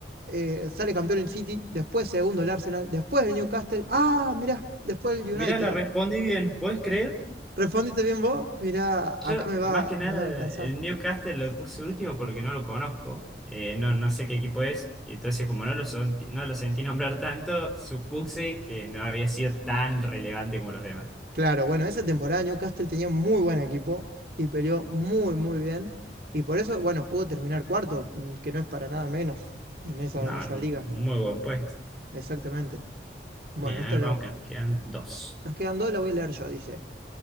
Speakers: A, on the right; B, in the centre.
A: eh, sale campeón el City, después segundo el Arsenal, después el Newcastle. Ah, mirá, después el
B: Mirá,
A: United.
B: la respondí bien, ¿puedes creer?
A: ¿Respondiste bien vos? Mirá, acá
B: Yo,
A: me va,
B: más que nada,
A: me va a alcanzar.
B: el Newcastle lo puse último porque no lo conozco. Eh, no, no sé qué equipo es. Entonces, como no lo, son- no lo sentí <laughs> nombrar tanto, supuse que no había sido tan relevante como los demás.
A: Claro, bueno, esa temporada Newcastle tenía un muy buen equipo y peleó muy, muy bien. Y por eso, bueno, pudo terminar cuarto, mm, que no es para nada menos en esa,
B: No,
A: en esa
B: es un
A: liga.
B: muy buen puesto.
A: Exactamente. Bueno,
B: Bien,
A: esto
B: a ver,
A: la-
B: vamos que nos quedan dos.
A: nos quedan dos, la voy a leer yo, dice.